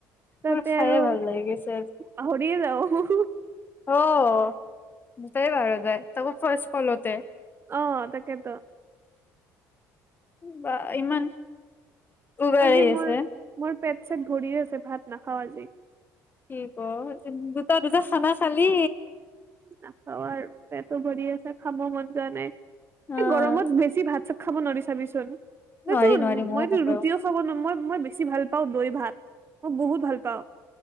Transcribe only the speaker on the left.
মোৰ খায়ে
ভাল লাগি গৈছে
অহ গোটেই পাহৰা যায় তাকো ৰ্ফাষ্ট কলতে।
বা ইমান উবেৰ
আহি
আছে
কি ক' দুটা দুটা খানা খালি।
অ,
নোৱাৰি
নোৱাৰি ময়ো
গম পাওঁ